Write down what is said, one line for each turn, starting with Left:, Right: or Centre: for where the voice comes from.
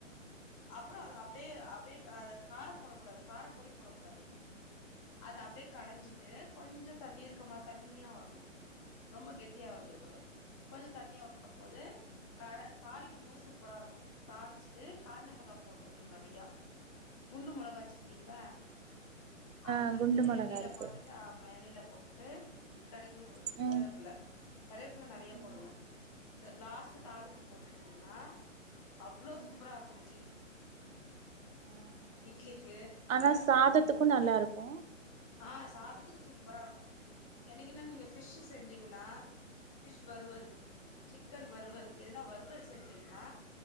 Left: அப்பற அது அப்டியே அப்டியே க கார போடக்கூடாது காரப் பொடி போடக் கூடாது அது அப்படியே கடைஞ்சிட்டு கொஞ்ச தண்ணீர்க்கமா தண்ணியா வரணு ரொம்ப கெட்டியா வந்துர கூடாது கொஞ்ச தண்ணியா வரம்போது க தாளிக்கும் போது சூப்பராருக்கு தாளிச்சுட்டு காஞ்ச மொளகா போட்ருணு நெறையா குண்டு மொளகா வெச்சிருக்கிங்ளா
Right: ஆ
Left: அது வந்து
Right: குண்டு மொளகா
Left: எண்ணெயில
Right: இருக்கு
Left: போட்டுட்டு ஆமா எண்ணெயில போட்டு கடுகு ஒ
Right: ம்
Left: கருவேப்பில கருவேப்பில நெறையா
Right: ம்
Left: போடுங்க லாஸ்ட் தாளிப்பு போட்டுட்டிங்கனா அவ்ளோ
Right: ம்
Left: சூப்பரா இருக்கு இட்லிக்கு
Right: ஆஹா
Left: இட்லிக்கு
Right: ஆனா
Left: கார
Right: சாதத்துக்கு
Left: சட்னி
Right: நல்லா இருக்கு
Left: ஆ சாதத்துக்கு சூப்பராருக்கு என்னக்கீனா நீங்க ஃபிஷ்ஷு செஞ்சிங்கனா ஃபிஷ் வறுவல் சிக்கன் வறுவல் எதுனா வறுவல் செஞ்சிங்னா